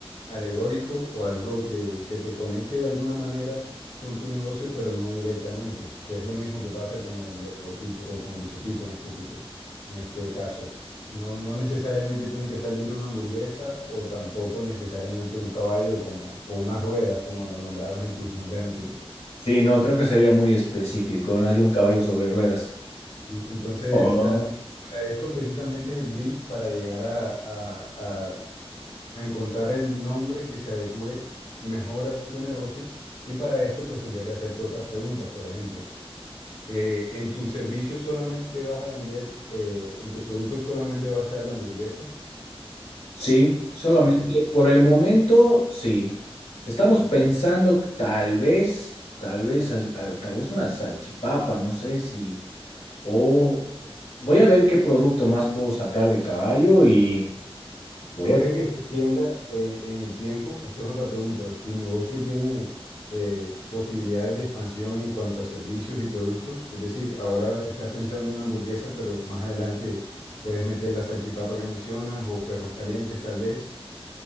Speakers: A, on the left; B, on the left.
A: alegórico o algo que, que te conecte de alguna manera con tu negocio, pero no directamente, que es lo mismo que pasa con el logotipo o con el isotipo en este tipo, en este caso. No, no necesariamente tiene que salir una hamburguesa o tampoco necesariamente un caballo como, o unas ruedas, como lo nombrabas en tus nombres anteriores.
B: Sí, no, creo que sería muy específico, no así un caballo sobre ruedas.
A: Entonces,
B: O
A: tal vez para esto precisamente es el brief para llegar a, a, a encontrar el nombre que se adecue mejor a tu negocio y para esto pues tendría que hacerte otras preguntas. Por ejemplo, eh, ¿en tus servicios solamente vas a vender, eh, en tus productos solamente va a estar la hamburguesa?
B: Sí, solamente
A: Caballo.
B: por el momento, sí. Estamos
A: Ok.
B: pensando tal vez, tal vez, as- a- tal vez una salchipapa, no sé si, o voy a ver qué producto más puedo sacar de caballo y voy
A: Puede
B: a
A: que se extienda eh, en el tiempo. Esta es otra pregunta. ¿Tu negocio tiene eh, posibilidades de expansión en cuanto a servicios y productos? Es decir, ahora estás pensando en una hamburguesa, pero más adelante puedes meter la salchipapa que mencionas o perros calientes tal vez.